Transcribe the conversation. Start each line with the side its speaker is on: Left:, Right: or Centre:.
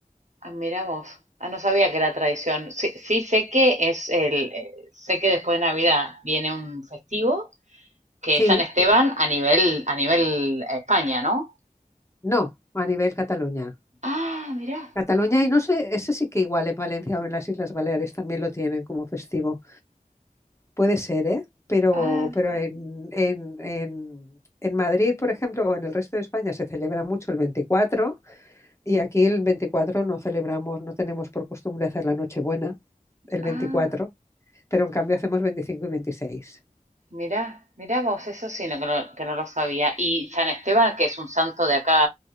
Right: Ah, mira vos. Ah, no sabía que era tradición. Sí, sí sé que es el, eh, sé que después de Navidad viene un festivo que
Left: Sí,
Right: es San Esteban a nivel, a nivel España, ¿no?
Left: no, a nivel Cataluña.
Right: Ah, mirá,
Left: Cataluña, y no sé, ese sí que igual en Valencia o en las Islas Baleares también lo tienen como festivo. Puede ser, ¿eh? Pero,
Right: ah,
Left: pero en, en, en, en Madrid, por ejemplo, o en el resto de España se celebra mucho el 24 y aquí el 24 no celebramos, no tenemos por costumbre hacer la Nochebuena el
Right: ah,
Left: 24, pero en cambio hacemos 25 y 26.
Right: mirá, mirá vos, eso sí, no, que, no, que no lo sabía. ¿Y San Esteban, que es un santo de acá